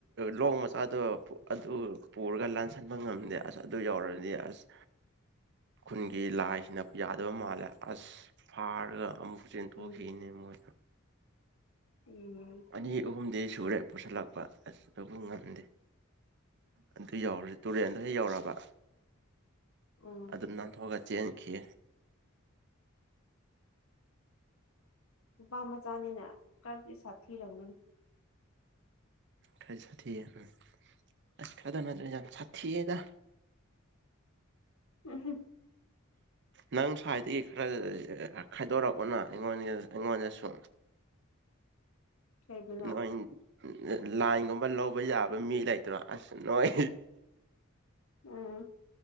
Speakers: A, on the right (about 55°); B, on the left (about 80°).
A: ꯂꯣꯛ ꯃꯆꯥꯗꯣ ꯑꯗꯨ ꯄꯨꯔꯒ ꯂꯥꯟꯁꯟꯕ ꯉꯝꯗꯦ ꯑꯁ ꯑꯗꯨ ꯌꯥꯎ ꯑꯁ ꯈꯨꯟꯒꯤ ꯂꯥꯏ ꯅ ꯌꯥꯗꯕ ꯃꯥꯜꯂꯦ ꯑꯁ ꯐꯥꯔꯒ ꯑꯃꯨꯛ ꯆꯦꯟꯊꯣꯛꯈꯤꯅꯦ
B: ꯎꯝ
A: ꯃꯣꯏꯗ
B: ꯎꯝ
A: ꯑꯅꯤ ꯑꯍꯨꯝꯗꯤ ꯁꯨꯔꯦ ꯄꯨꯁꯜꯂꯛꯄ ꯑꯁ ꯑꯗꯨꯕꯨ ꯉꯝꯗꯦ ꯑꯗꯨ ꯌꯧꯔꯗꯤ ꯇꯨꯔꯦꯟꯗ ꯍꯦꯛ ꯌꯧꯔꯕ
B: ꯎꯝ
A: ꯑꯗꯨꯝ ꯅꯥꯟꯊꯣꯛꯑꯒ ꯆꯦꯟꯈꯤ
B: ꯅꯨꯄꯥ ꯃꯆꯥꯅꯤꯅ ꯈꯔꯗꯤ ꯁꯥꯊꯤꯔꯝꯒꯅꯤ
A: ꯈꯔ ꯁꯥꯊꯤꯌꯦ ꯎꯝ ꯑꯁ ꯈꯔꯗ ꯅꯠꯇ꯭ꯔꯦ ꯌꯥꯝ ꯁꯥꯊꯤꯌꯦꯗ
B: ꯎꯝ ꯍꯝ
A: ꯅꯪ ꯁ꯭ꯋꯥꯏꯗꯒꯤ ꯈꯔ ꯑ ꯈꯥꯏꯗꯣꯔꯛꯑꯣꯅ ꯑꯩꯉꯣꯟ ꯑꯩꯉꯣꯟꯗꯁꯨ
B: ꯀꯩꯕꯨꯅꯣ
A: ꯅꯣꯢ ꯂ ꯂꯥꯏꯟꯒꯨꯝꯕ ꯂꯧꯕ ꯌꯥꯕ ꯃꯤ ꯂꯩꯇ꯭ꯔꯣ ꯑꯁ ꯅꯣꯏ
B: ꯎꯝ